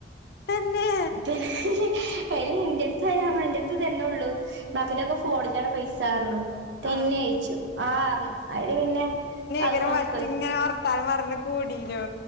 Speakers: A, on the left; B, on the right.
A: തന്നെ
B: <unintelligible> എടി ഇൻ്റെടുത്ത് അയിന് <unintelligible> ത്ത് തന്നെള്ളു ബാക്കിലൊക്കെ ഫോണിലാണ് പൈസാർഞ്ഞു തെന്നെഅയിച്ചു
A: ആഹ്
B: ആർഞ്ഞു അയില് പിന്നെ അതും
A: ഇങ്ങനെ
B: വാങ്ങിപ്പോയി
A: വറ്റിങ്ങനെ വർത്താനം പറഞ്ഞ് കൂടി ഞ്ഞോ